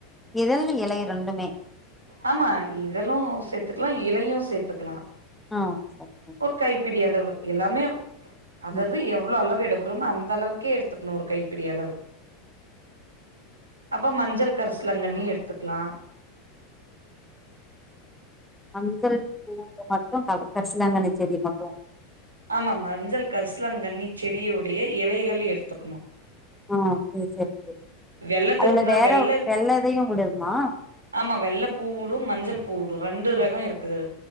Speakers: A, in the centre; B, on the right.
A: இதழ் எலயு ரெண்டுமே
B: ஆமா இதழு சேத்துக்கலா இலையு சேத்துக்கலா
A: ஆ <inaudible>
B: ஒரு கைப்பிடி அளவு எல்லாமே அததது
A: ம்
B: எவ்ளோ அளவு எடுக் குறோமோ அந்த அளவுக்கே எடுத்துக்குணு ஒரு கைப்பிடி அளவு அப்ப மஞ்சள் கரிசாலாங்கண்ணி எடுத்துக்கலா
A: மஞ்சள் <inaudible> பூவு மட்டு கர் கரிசலாங்கண்ணி செடி மட்டு
B: ஆமா மஞ்சள் கரிசலாங்கண்ணி செடியோடைய இலைகள் எடுத்துக்கணு
A: ஆ சேரி சேரி சேரி
B: வெள்ளது
A: அதுல
B: இருந்தா
A: வேற
B: வெள்ள
A: வெள்ளதயு விடமா
B: ஆமா வெள்ள பூ உடு மஞ்சள் பூ உடு ரெண்டு ரெகோ இருக்கு இதுல